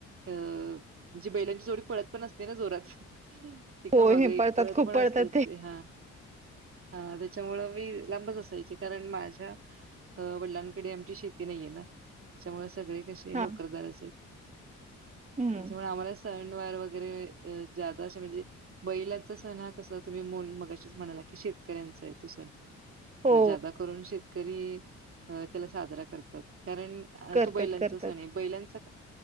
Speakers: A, on the right; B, on the right.
A: अ म्हजे बैलांच थोडी पळत पण असते ना जोरात. एक-माग-एक
B: हो हे पळतात
A: पळत
B: खूप
A: पण
B: पळतात
A: असतात. ते हा. हा त्याच्यामुळ मी. लांबच असायची. कारण माझ्या वडलांकडे आमची शेती नाहीये ना. त्यामुळ सगळे कसे नोकरदार
B: हा
A: असे.
B: हम्म
A: त्याच्यामुळे आम्हाला सणवार वगैरे जादा असे म्हणजे. बैलांचा सण हा कसा तुम्ही मल मगाशीच म्हणायला की शेतकऱ्यांचा आहे तो सण
B: हो
A: ज्यादा करून शेतकरी अ त्याला साजरा करतात. कारण
B: करतात
A: तो बैलांचा
B: करतात
A: सण आहे. बैलांचा